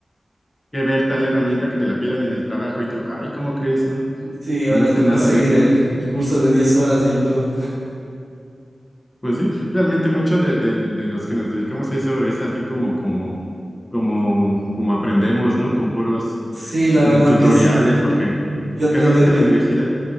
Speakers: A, on the left (about 25°); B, on the right (about 75°).
A: que ver tal herramienta que te la pidan en el trabajo y tú, ay, ¿cómo crees, no?
B: Sí, ahora
A: No sé
B: tocó
A: nada
B: seguir
A: de eso,
B: el,
A: ¿no?
B: el curso de 10 horas de YouTube.
A: Pues sí, realmente mucho de, del- de los que nos dedicamos a eso es así como, como, como, como aprendemos, ¿no? Con puros
B: Sí, la
A: eh,
B: verdad
A: tutoriales,
B: que sí.
A: porque
B: Yo aprendí.
A: que realmente
B: re-
A: en la universidad.